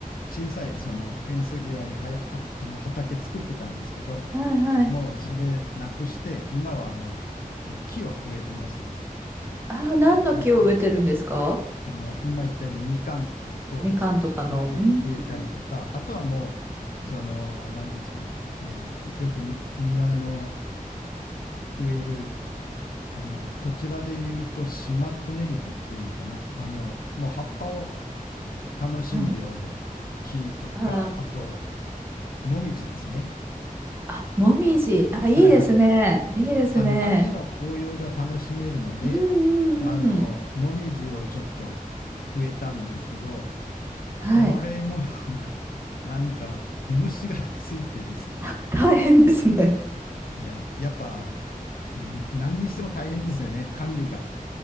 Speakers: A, on the left; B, on the right.
A: 小さいそのフェンス際にはや、は、あの畑作ってたんですけど、
B: はい。はい。
A: もうそれなくして、今はもうその木を植えてますね。
B: ああ、何の木を植えてるんですか
A: うん。その今言ったようなみかんを最初う植え、
B: みかんとかの。うーん。
A: 植えたりとか、あとはもう、その何ですかね、えーよくに庭の植える、あの、こちらで言うとシマトネリコっていうのかな。あの、もう葉っぱを楽しむような木とか、
B: はい。あら。
A: あと、もみじですね。
B: あ、もみじ。あ、いいですね。
A: はいはい。
B: いいですね。
A: あの、秋の紅葉が楽しめるので、
B: うんうんうん。
A: あの、もみじをちょっと植えたんですけど、これも
B: はい。
A: <laughs> なんか、毛虫がついてですね。
B: あ、<laughs> 大変ですね。
A: いや、やっぱ、ん何にしても大変ですよね、管理が。